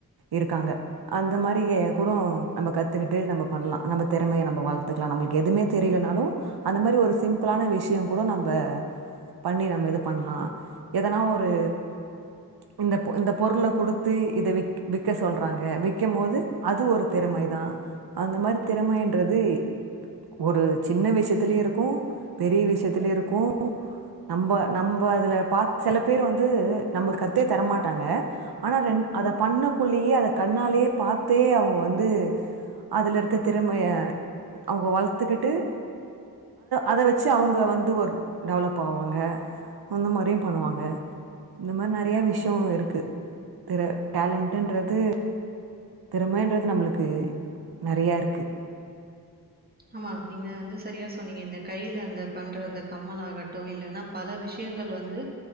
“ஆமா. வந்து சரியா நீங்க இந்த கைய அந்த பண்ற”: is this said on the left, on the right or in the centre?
Right